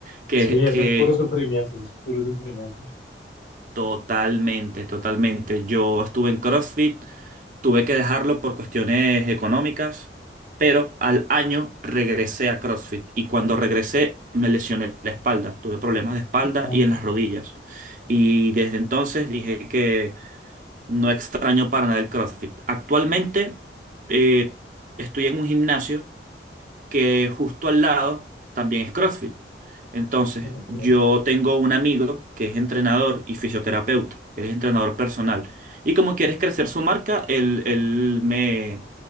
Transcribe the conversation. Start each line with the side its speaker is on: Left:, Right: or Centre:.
Right: que,
Left: Sí, eso
Right: que
Left: es puro sufrimiento, eso es puro sufrimiento.
Right: Totalmente, totalmente. Yo estuve en CrossFit, tuve que dejarlo por cuestiones económicas, pero al año regresé a CrossFit y cuando regresé me lesioné la espalda, tuve problemas de espalda
Left: Ah,
Right: y en las rodillas. Y desde entonces dije que no extraño para nada el CrossFit. Actualmente eh, estoy en un gimnasio que justo al lado también es CrossFit. Entonces,
Left: ok,
Right: yo tengo un amigo que es entrenador y fisioterapeuta, él es entrenador personal. Y como quieres crecer su marca, él, él me,